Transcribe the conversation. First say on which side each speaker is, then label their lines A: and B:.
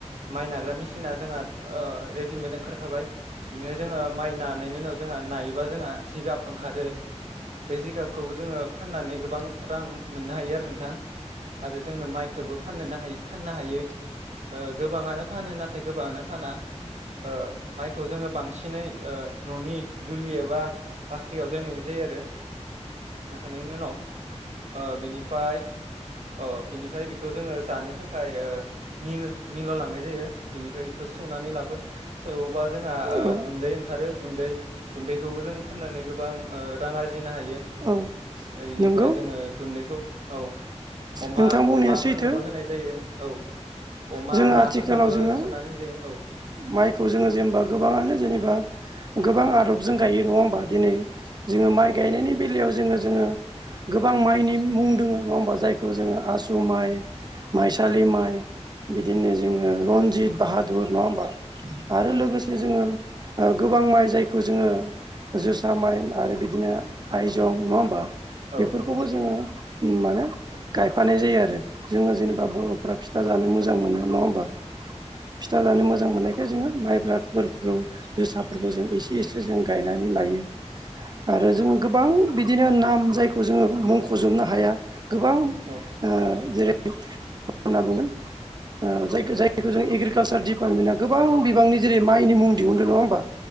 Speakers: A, on the right; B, on the right.
A: माइ नाग्रा मेसिना जोंहा ओ रेडिमेड ओंखारखाबाय, बिनिफ्रायाय जोङो माइ नानायनि उनाव जोंहा नायोबा जोंहा जिगाब ओंखारो, बे जिगाबखौबो जोङो फाननानै गोबां रां मोननो हायो आरो नोंथां, आरो जोङो माइखोबो फाननोनो हायो, फाननो हायो ओ गोबाङानो फानो नाथाय गोबाङानो फाना ओ माइखौ जोङो बांसिनै ओ न'नि दुलि एबा बाख्रियाव दोनैनाय जायो आरो गाखोनायनि उनाव ओ बेनिफ्राय ओ बिनिफाय बेखौ जोङो जानो थाखाय ओ मिल मिलाव लांनाय जायो। बिनिफाय बेखौ सौनानै लाबो सौबा जोंहा ओ
B: औ
A: गुन्दै ओंखारो गुन्दै गुन्दैखौबो जों फाननानै गोबां ओ रां आरजियो आरजिनो हायो
B: औ
A: ओनिफाय
B: नंगौ
A: जोङो गुन्दैखौ औ अमा
B: नोंथां बुंनाया
A: अमाफोरनोबो
B: सैथो
A: होनाय जायो औ अमा
B: जोङो
A: नाफोरनोबो
B: आथिखालाव जोङो
A: सारनानै जायो औ।
B: माइखौ जोङो जेनेबा गोबाङानो जेनेबा गोबां
A: औ
B: आदबजों गायो नङा होमबा दिनै जोङो माइ
A: औ
B: गायनायनि बेलायाव जोङो जोङो गोबां माइनि मुं दोङो नङा होमबा जायखौ जोङो आसु माइ माइसालि
A: औ
B: माइ बिदिनो जोङो
A: औ
B: रनजित बाहादुर नङा होमबा आरो
A: औ
B: लोगोसे जोङो गोबां माइ जायखौ जोङो जोसा माइ आरो बिदिनो आयजं नङा होमबा
A: औ
B: बेफोरखौबो
A: औ
B: जोङो माने गायफानाय जायो आरो जोङो जेनेबा
A: औ
B: बर'फोरा फिथा जानो मोजां मोनो नङा होमबा फिथा जानो मोजां मोजां मोननायखाय जोङो माइब्राफोरखौ जोसाफोरखौ जों इसे इसे जों गायनानै लायो। आरो
A: औ
B: जों गोबां बिदिनो नाम जायखौ जोङो मुंख'जोबनो हाया गोबां
A: औ
B: ओ जेरै होनना बुंगोन गो ओ जाय जायखौ जों एग्रिकालसार दिडिपार्टमेन्टआ गोबां बिबांनि जेरै माइनि मुं दिहुनदों नङा होमबा